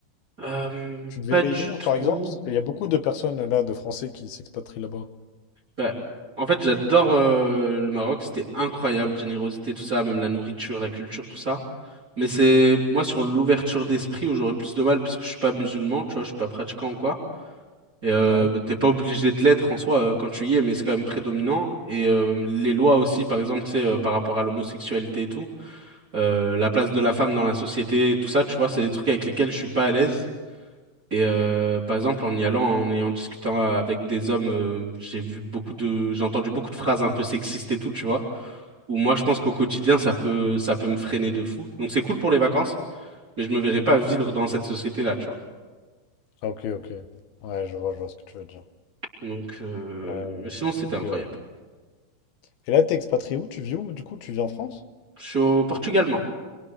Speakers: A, on the right; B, on the left.
A: Euh,
B: tu te verrais
A: pas du
B: y vivre,
A: tout.
B: par exemple? Parce qu'il y a beaucoup de personnes là, de Français, qui s'expatrient là-bas.
A: Bah, en fait, j'adore euh, le Maroc, c'était incroyable, générosité, tout ça, même la nourriture, la culture, tout ça. Mais c'est moi sur l'ouverture d'esprit où j'aurais plus de mal parce que je suis pas musulman, tu vois, je suis pas pratiquant ou quoi. Et euh,
B: Ouais?
A: bah, t'es pas obligé de l'être en soi euh, quand tu y es, mais c'est quand même prédominant. Et euh, les lois aussi, par exemple, tu sais, euh, par rapport à l'homosexualité et tout, euh, la place de la femme dans la société, tout ça, tu vois, c'est des trucs avec lesquels je suis pas à l'aise. Et euh, par exemple, en y allant en- et en discutant avec des hommes, euh, j'ai vu beaucoup de, j'ai entendu beaucoup de phrases un peu sexistes et tout, tu vois. Où moi, je pense qu'au quotidien, ça peut, ça peut me freiner de fou. Donc c'est cool pour les vacances, mais je me verrais pas vivre dans cette société-là, tu vois.
B: Ah, ok, ok. Ouais, je vois, je vois ce que tu veux dire.
A: Donc euh,
B: Euh,
A: mais sinon, c'était
B: ok,
A: incroyable.
B: ouais. Et là, t'es expatrié où? Tu vis où, du coup? Tu vis en France?
A: Je suis au Portugal, moi.